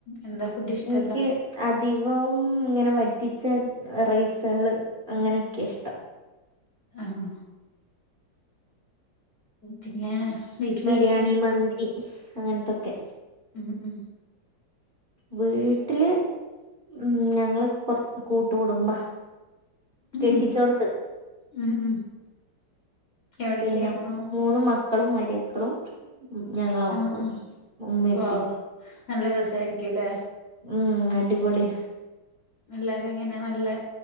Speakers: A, on the left (about 30°); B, on the right (about 30°).
A: എന്താ ഫുഡ് ഇഷ്ടം
B: ഇന്ക്ക്
A: എന്താ
B: അധികവും ഇങ്ങനെ വറ്റിച്ച റൈസേള് അങ്ങനെയൊക്കെ ഇഷ്ടം
A: ആഹാ പിന്നെ വീട്ടിലാരെക്കെണ്ട്?
B: ബിരിയാണി മന്തി അങ്ങനത്തൊക്കെ
A: ഉം ഉം
B: വീട്ടില് മ് ഞങ്ങള് കൊറ കൂട്ടു കുടുംബാ
A: ഉം
B: കെട്ടിച്ചോട്ത്ത്
A: ഉം ഉം എവിടേക്കാ
B: പിന്നെ,
A: ആഹ്
B: മൂന്ന് മ ക്കളും മര്യക്കളും ഞങ്ങളെ മക്കളും
A: ആഹ് ആഹ്
B: ഉമ്മിം ഉപ്പിം
A: വൗ നല്ല രസായിരിക്ക്യു ല്ലെ.
B: ഉം അടിപൊളിയാ
A: എല്ലാരും എങ്ങന്യാ നല്ല